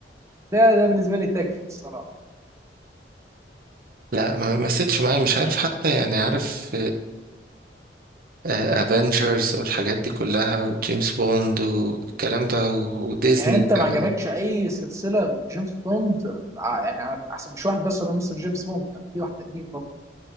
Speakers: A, on the right; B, on the right.
A: ده ده بالنسبه لي تكفي الصراحه
B: لا ما لمستش معايا مش عارف حتى يعني عارف افنجرز والحاجات دي كلها وجيمس بوند والكلام ده و- وديزني
A: يعني انت
B: كمان
A: ما عجبكش اي سلسله لجيمس بوند ع- يعني احسن مش واحد بس ولا مستر جيمس بوند كان في واحد قديم برضه